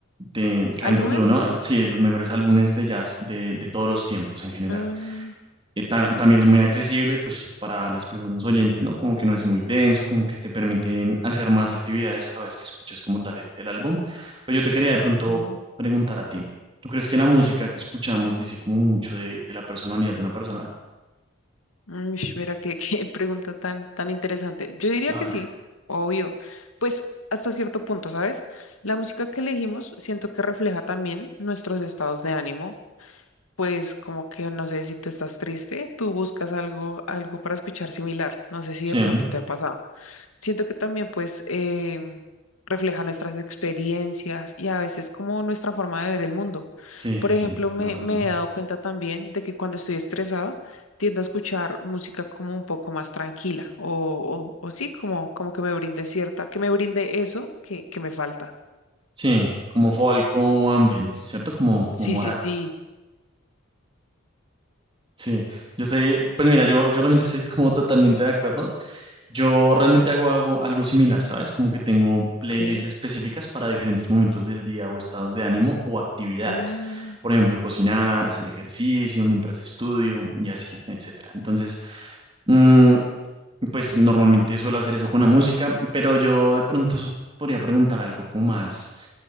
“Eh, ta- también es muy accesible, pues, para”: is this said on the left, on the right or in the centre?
Right